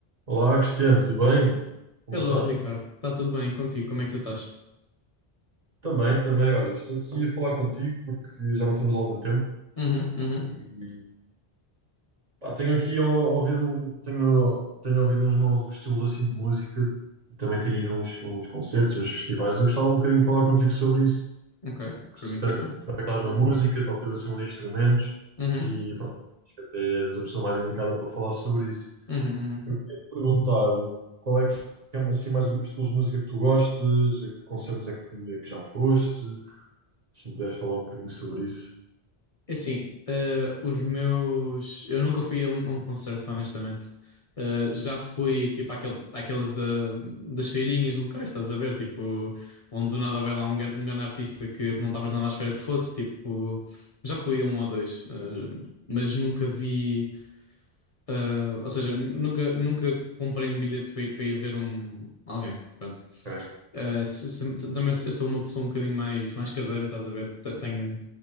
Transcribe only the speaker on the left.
Hello,
Ricardo. Está tudo bem contigo? Como é que tu estás?
Uhum, uhum,
ok.
Para
mim
tudo bem.
Uhum,
uhum, uhum.
É assim, eh, os meus... Eu nunca fui a um, a um concerto, honestamente. Eh, já fui, tipo, àquele, àqueles da, das feirinhas locais, estás a ver? Tipo, onde do nada vai lá um, gan- um grande artista que não estavas nada à espera que fosse. Tipo, já fui a um ou dois. eh, mas nunca vi... eh, ou seja, nunca, nunca comprei um bilhete para ir, para ir ver um, alguém. Pronto.
Uh, se- se- também eu, eu sou uma pessoa um bocadinho mais, mais caseira, estás a ver? Te- Tenho,